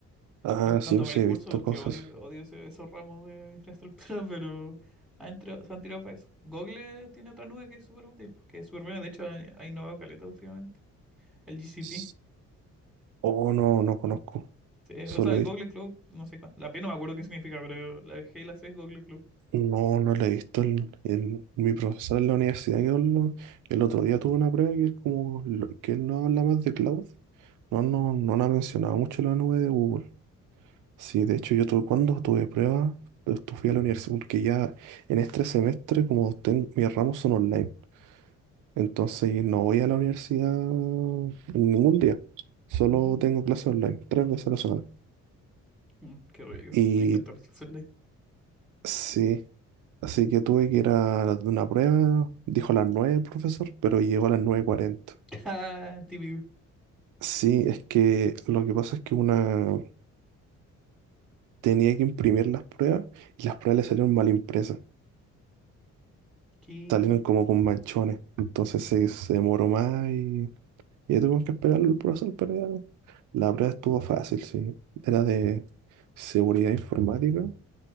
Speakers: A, on the right; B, in the centre.
A: Ah,
B: No, no
A: sí,
B: tomé
A: pues sí,
B: el
A: he
B: curso
A: visto
B: porque
A: cosas.
B: odio, odio ese- esos ramos de infraestructura, <laughs> pero han entrado- se han tirado para eso. Google tiene otra nube que es súper útil, que es súper buena. De hecho, ha, ha innovado caleta últimamente. El GCP.
A: S- Oh, no, no conozco.
B: Lo- sí,
A: Solo
B: o sea, el
A: he
B: Google
A: visto,
B: Cloud, no sé cuál. La P no me acuerdo qué significa, pero la G y la C es Google Cloud.
A: no, no la he visto. El, el- mi profesor en la universidad, que habló- el otro día tuvo una prueba que es como, lo- que él no habla más de cloud. No, no, no la mencionaba mucho la nube de Google. Sí, de hecho yo tuve, cuando tuve pruebas, pues, fui a la universidad porque ya en este semestre como ten- mis ramos son online, entonces no voy a la universidad ningún día, solo
B: Ujú.
A: tengo clases online, tres veces a la semana.
B: Mm, qué rico.
A: Y
B: Me encantó el clase online.
A: sí, así que tuve que ir a de una prueba, dijo a las 9 el profesor, pero llegó a las nueve cuarenta.
B: <laughs> Ah, TVU.
A: Sí, es que lo que pasa es que una tenía que imprimir las pruebas y las pruebas le salieron mal impresas.
B: ¿Qué?
A: salieron como con manchones. Entonces se, se demoró más y, y ya tuvimos que esperar el proceso, pero ya la prueba estuvo fácil, sí. Era de seguridad informática,